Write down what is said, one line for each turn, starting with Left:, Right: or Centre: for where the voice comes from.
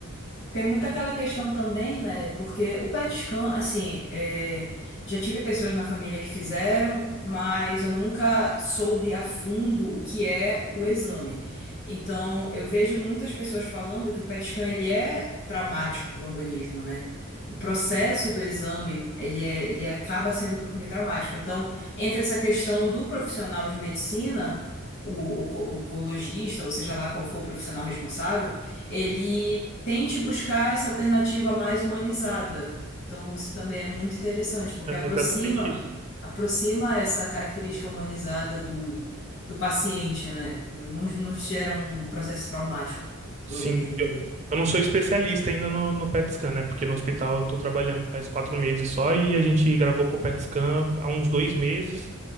Left: Tem muito aquela questão também, né? Porque o PET scan, assim, é, já tive pessoas na família que fizeram, mas eu nunca soube a fundo o que é o exame. Então, eu vejo muitas pessoas falando que o PET scan ele é traumático para o organismo, né? O processo do exame, ele, é- ele acaba sendo um pouquinho traumático. Então, entre essa questão do profissional de medicina, o, o, co- o oncologista, ou seja lá qual for o profissional responsável, ele tente buscar essa alternativa mais humanizada. Então, isso também é muito interessante, porque
Right: É
Left: aproxima
Right: exatamente isso.
Left: aproxima essa característica humanizada do, do paciente, né? Não, não não gera um processo traumático pro
Right: Sim,
Left: organismo dele.
Right: eu, eu não sou especialista ainda no, no PET scan, né? Porque no hospital eu tô trabalhando faz quatro meses só e a gente gravou com o PET scan há uns dois meses